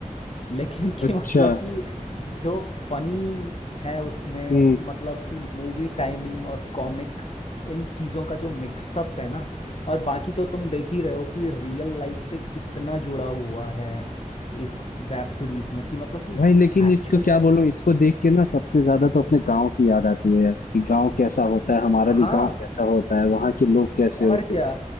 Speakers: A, on the left; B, on the left.
A: लेकिन कि
B: अच्छा
A: <laughs> मतलब कि जो फनी है उसमें
B: हम्म
A: मतलब कि मूवी टाइमिंग और कॉमिक इन चीजों का जो मिक्सअप है ना और बाकी तो तुम देख ही रहे हो कि रियल लाइफ से कितना जुड़ा हुआ है इस वेब सीरीज में कि मतलब कि
B: भाई लेकिन
A: एक्चुअल
B: इसको क्या
A: में
B: बोलूं इसको देख के ना सबसे ज्यादा तो अपने गांव की याद आती है यार कि गांव कैसा होता है हमारा
A: हाँ
B: भी गांव कैसा होता है वहाँ के लोग कैसे
A: और
B: होते
A: क्या
B: हैं